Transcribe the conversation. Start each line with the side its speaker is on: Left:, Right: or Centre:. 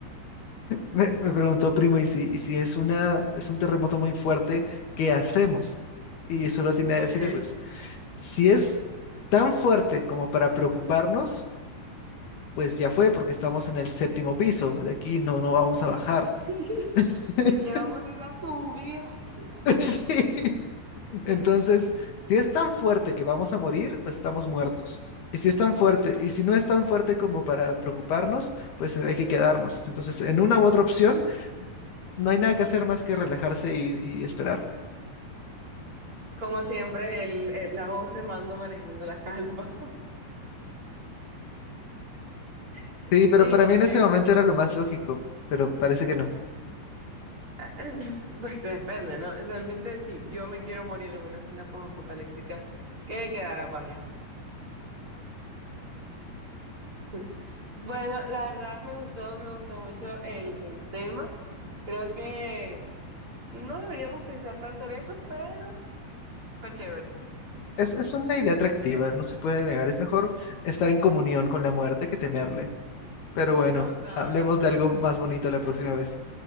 Left: me, me preguntó, primo, ¿y si, y si es una, es un terremoto muy fuerte, qué hacemos? Y solo tenía
Right: <laughs>
Left: a decirle,
Right: ok.
Left: pues, si es tan fuerte como para preocuparnos, pues ya fue, porque estamos en el séptimo piso, de aquí no, no vamos
Right: <laughs>
Left: a bajar. <laughs>
Right: De aquí vamos es a subir al cielo.
Left: Sí. Entonces, si es tan fuerte que vamos a morir, pues estamos muertos. Y si es tan fuerte, y si no es tan fuerte como para preocuparnos, pues hay que quedarnos. Entonces, en una u otra opción, no hay nada que hacer más que relajarse y, y esperar.
Right: Como siempre, el, el- la voz de mando manejando la calma. <laughs>
Left: Sí,
Right: Sí,
Left: pero para
Right: es
Left: mí en
Right: que
Left: ese momento era lo más lógico, pero parece que no.
Right: Ah, <laughs> Pues depende, ¿no? Realmente, si yo me quiero morir en una escena post-apocalíptica, ¿qué quedará para la gente? <laughs> Bueno, la verdad me gustó, me gustó mucho el, el tema. Creo que no deberíamos pensar tanto en eso, pero fue chévere.
Left: Es, es una idea atractiva, no se puede negar. Es mejor estar en comunión con la muerte que temerle. Pero bueno,
Right: Total.
Left: hablemos de algo más bonito la próxima vez.